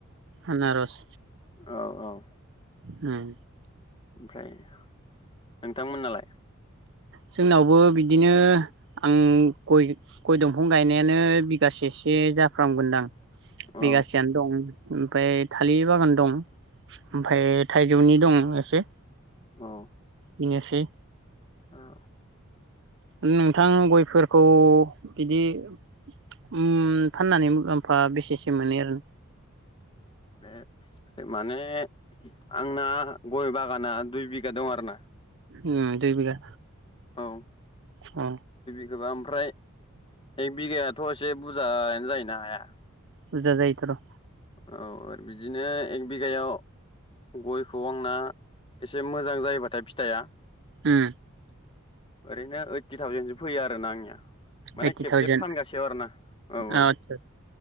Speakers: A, on the right; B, on the left.
A: आनारस
B: औ औ
A: उम
B: ओमफ्राय नोंथांमोन नालाय
A: जोंनावबो बिदिनो आं गय गय दंफां गायनायानो बिगासेसो जाफ्रामगोनदां।
B: औ
A: बिगासेयानो दं उम। ओमफ्राय थालिर बागान दं। ओमफ्राय थाइ <unintelligible> नि दं एसे।
B: औ।
A: बेनोसै।
B: औ।
A: नोंथां गयफोरखौ बिदि उम फाननानै मुलाम्फा बेसेसो मोनो आरो?
B: बे माने आंना गय बागाना दुइ बि गा दं आरोना।
A: उम दुइ बिगा।
B: औ।
A: अ।
B: गोबां ओमफ्राय एक बिगायाथ' एसे बुरजायानो जायोना हाया।
A: बुजा जायो थ' र'।
B: औ आरो बिदिनो एक बिगायाव गयखौ आंना एसे मोजां जायोबाथाय फिथाइआ
A: उम
B: ओरैनो ओइडटि थावजेनसो फैयो आरोना आंनिया। माने
A: ओइटि
B: खेबसे
A: थावजेन
B: फानगासेयाव आरोना। औ औ
A: आतसा